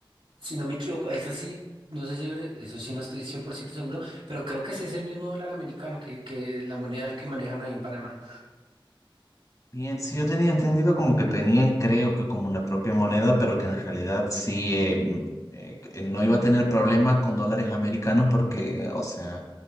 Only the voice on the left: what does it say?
Bien, sí, yo tenía entendido como que tenían, creo que como una propia moneda, pero que en realidad sí em, eh, que no iba a tener problemas con dólares americanos porque, o sea,